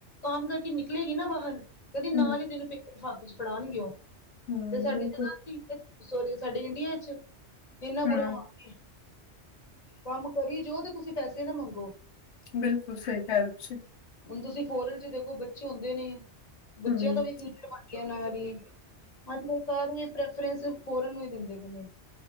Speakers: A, on the left; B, on the left.
A: ਕਾਮ ਕਰਕੇ ਨਿਕਲੇਗੀ ਨਾ ਬਾਹਰ ਕਹਿੰਦੀ ਨਾਲ
B: ਹਮ
A: ਹੀ ਤੈਨੂੰ ਪੇਮੈਂਟ ਹੱਥ ਚ ਫੜਾਣਗੇ ਓ,
B: ਹਮ
A: ਤੇ ਸਾਡੇ
B: ਬਿਲਕੁਲ
A: ਚ ਨ ਆ ਅਤ ਸੌਰੀ ਸਾਡੇ ਇੰਡੀਆ ਚ, ਇੰਨਾ ਬੁਰਾ
B: ਹਮ
A: ਹਾਲ ਏ ਕੰਮ ਕਰੀ ਜਾਉ ਤੇ ਤੁਸੀਂ ਪੈਸੇ ਨਾ ਮੰਗੋ।
B: ਬਿਲਕੁਲ ਸਹੀ ਕਹਿ ਰਹੇ ਓ ਤੁਸੀ।
A: ਹੁਣ ਤੁਸੀਂ ਫੋਰਨ ਚ ਦੇਖੋ ਬੱਚੇ ਹੁੰਦੇ ਨੇ ਬੱਚਿਆਂ
B: ਹਮ
A: ਦਾ ਵੀ ਫਿਊਚਰ ਬਣ <unintelligible> ਵੀ ਅੱਜ ਕੱਲ੍ਹ ਸਾਰੇ ਪ੍ਰੈਫਰੈਂਸ ਫੋਰਨ ਨੂੰ ਈ ਦਿੰਦੇ ਪਏ ਨੇ।